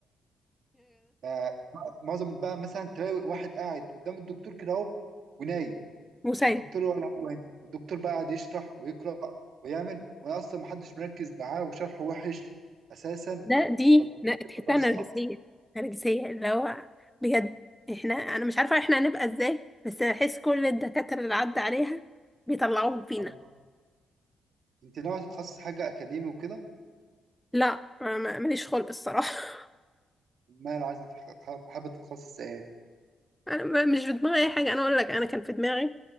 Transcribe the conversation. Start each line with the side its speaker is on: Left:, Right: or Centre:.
Right: آه، معظم بقى مثلا تلاقي واحد قاعد قدام الدكتور كده اهو ونايم
Centre: مسيب
Right: والدكتور ولا هو هنا والدكتور بقى قاعد يشرح ويقرأ ويعمل وانا اصلا محدش مركز معاه وشرحه وحش اساسا
Centre: ده دي
Right: طب
Centre: ن- تحسها
Right: الموضوع صعب
Centre: نرجسية نرجسية اللي هو بجد احنا انا مش عارفة احنا هنبقى ازاي بس بحس كل الدكاترة اللي عدى عليها بيطلعوهم فينا
Right: آه، انت ناوي تتخصص حاجة اكاديمي وكده
Centre: لا ما- ما- ماليش خلق الصراحة <laughs>
Right: امال عايزة تتخ- حاب- حابة تتخصص ايه؟
Centre: انا ما- مش في دماغي اي حاجة انا اقول لك انا كان في دماغي